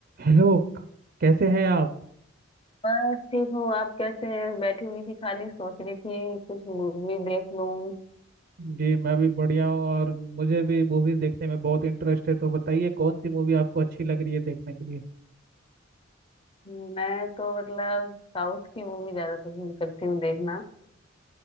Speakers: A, on the right (about 50°); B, on the left (about 25°).
A: Hello क- कैसे हैं आप
B: बस ठीक हूँ आप कैसे हैं बैठी हुई थी खाली सोच रही थी कुछ मूवी देख लूं
A: जी मैं भी बढ़िया हूँ और मुझे भी मूवीज देखने में बहुत इंटरेस्ट है तो बताइए कौन सी मूवी आपको अच्छी लग रही है देखने के लिए
B: मैं तो मतलब साउथ की मूवी ज्यादा पसंद करती हूँ देखना